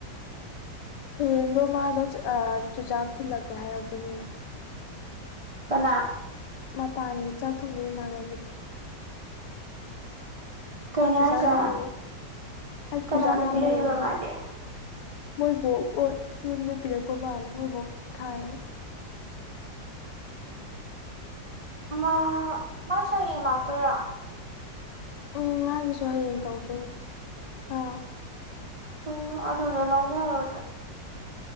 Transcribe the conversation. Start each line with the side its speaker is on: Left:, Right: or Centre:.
Left: ꯍꯌꯦꯡꯗꯣ ꯃꯥꯗꯣ ꯑꯥ ꯆꯨꯖꯥꯛ ꯊꯤꯜꯂꯛꯀꯦ ꯍꯥꯏꯔꯛꯄꯅꯤꯅꯦ
Right: ꯀꯅꯥ
Left: ꯃꯄꯥꯟꯒꯤ ꯆꯥꯛ ꯊꯣꯡꯕꯤ ꯏꯃꯥꯟꯅꯕꯤꯗꯣ
Right: ꯀꯩꯅꯣ
Left: ꯄꯥ ꯆꯨꯖꯥꯛ
Right: ꯍꯥꯏꯁꯦ
Left: ꯌꯥꯝ ꯂꯩ ꯑꯩ
Right: ꯀꯅꯥꯅ
Left: ꯆꯨꯖꯥꯛ ꯌꯥꯝ
Right: ꯄꯤꯔꯛꯏꯕ
Left: ꯂꯩꯌꯦ
Right: ꯃꯥꯗꯤ
Left: ꯃꯣꯏꯕꯣꯛ ꯍꯣꯏ ꯌꯨꯝꯗꯒꯤ ꯄꯤꯔꯛꯄ ꯃꯥꯜꯂꯦ ꯃꯣꯏꯕꯣꯛ ꯊꯥꯏꯌꯦꯅ
Right: ꯃꯥ ꯃꯥꯁꯨ ꯍꯌꯦꯡ ꯂꯥꯛꯇꯣꯢꯔꯣ
Left: ꯑꯨꯝ ꯃꯥꯒꯤꯁꯨ ꯍꯌꯦꯡ ꯇꯧꯗꯣꯏꯅꯦ ꯑꯥ
Right: ꯑꯣ ꯑꯗꯨꯗ ꯂꯧꯅꯔꯣ ꯑꯗꯨꯗꯤ